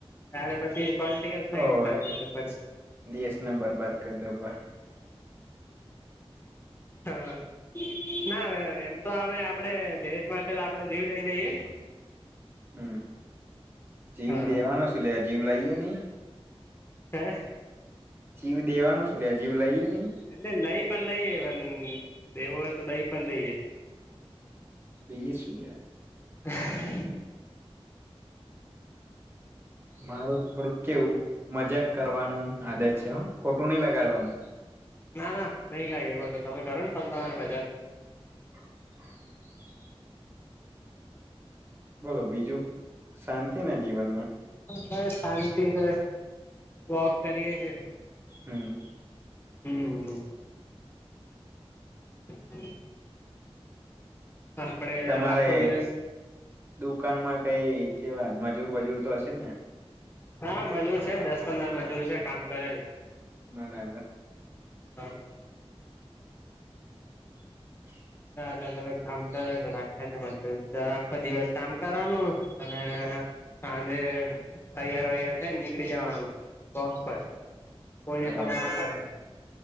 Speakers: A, on the left; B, on the right.
A: ત્યારે પછી પોલિટિકલ સાયન્સ
B: હોવે
A: કરું, પછી <unintelligible>
B: દેશને બરબાદ કરી દો પા
A: હા, ના હવે એમ તો અમે આપડે દેશ માટે તો આપડે જીવ દઈ દઈએ.
B: હમ, જીવ
A: હા
B: દેવાનો શું લે, જીવ લઈએ નઈ.
A: હે.
B: જીવ દેવાનો શે લ્યા જીવ લઈએે નહી.
A: એટલે લઈ પણ લઈએ, પણ દેવો હોય તો, દઈ પણ દઈએ.
B: દઈએ.
A: <unintelligible>
B: મારું થોડુંક કેવું, મજાક કરવાનું. આદત છે હ, ખોટું નહીં લગાડવાનું.
A: ના, ના, નહીં લાગે ખોટું, તમે કરો ને, તમ તમારે મજાક.
B: <unintelligible> બોલો બીજું. શાંતિ ને જીવનમાં
A: બસ શાંતિ હે, વોક કરીયે છે.
B: હમ્મ.
A: હમ્મ. <unintelligible> આપડે
B: તમારે
A: આખો દિવસ
B: દુકાનમાં કઈ કેવા મજૂર વજૂર તો હશે ને.
A: હા, મજૂર છે, દસ પંદર મજૂર છે, કામ કરે છે
B: બરાબર.
A: હા,
B: <inaudible>
A: ના અલગ અલગ કામ કરે છે રાખે છે મતલબ આખો દિવસ કામ કરવાનું અને, સાંજે તૈયાર વૈયાર થઈ ને નીકળી જવાનું. વોક પર કોઈને
B: બરાબર
A: ખબર ના પડે,